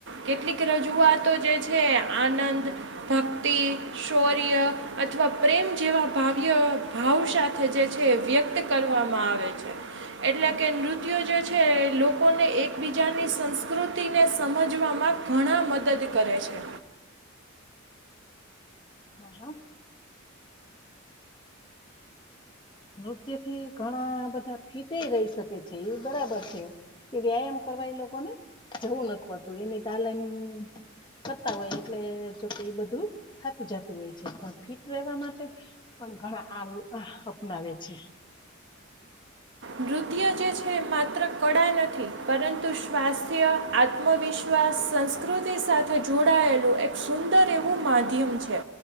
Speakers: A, on the right; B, on the left.
A: કેટલીક રજૂ વાતો જે છે આનંદ, ભક્તિ, શૌર્ય અથવા પ્રેમ જેવ ભાવ્ય ભાવ સાથે જે છે વ્યક્ત કરવામાં આવે છે. એટલે કે નૃત્યો જે છે લોકોને એકબીજાની સંસ્કૃતિને સમજવામાં ઘણા મદદ કરે છે.
B: હા હા. નૃત્યથી ઘણા બધા ફીતે રહી શકે છે એ બરાબર છે કે વ્યાયામ કર એ લોકો ને જવું નથી પડતું એની તાલેમ કરતા હોય એટલે જોકે એ બધું થતું જતું હોય છે પણ ફિટ રહેવા માટે ઘણા આ અપનાવે છે.
A: નૃત્ય જે છે માત્ર કળા નથી પરંતુ સ્વાસ્થ્ય આત્મવિશ્વાસ સંસ્કૃતિ સાથે જોડાયેલું એક સુંદર એવું માધ્યમ છે.